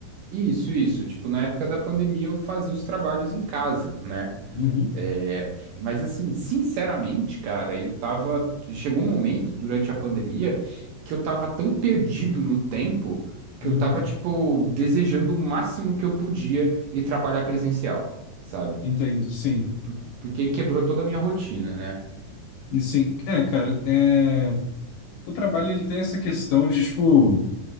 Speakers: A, on the right; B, on the left.
A: Isso, isso. Tipo, na época da pandemia eu fazia os trabalhos em casa, né?
B: Uhum,
A: É, mas assim, sinceramente, cara, eu tava. Chegou um momento durante a pandemia que eu tava tão perdido no tempo que
B: uhum.
A: eu tava, tipo, desejando o máximo que eu podia ir trabalhar presencial, sabe?
B: Entendo, sim.
A: Por- Porque quebrou toda a minha rotina, né?
B: Sim. É, cara, é... o trabalho ele tem essa questão de, tipo.